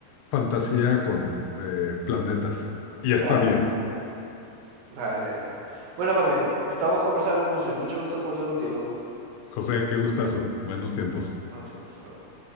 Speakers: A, on the left; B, on the right.
A: fantasía con eh, planetas. Y
B: Clara.
A: está bien.
B: Dale, dale. Bueno, Jorge, estamos conversando entonces. Mucho gusto conversar contigo.
A: José, qué gustazo. Buenos tiempos.
B: Bueno, sí, pues, hasta luego.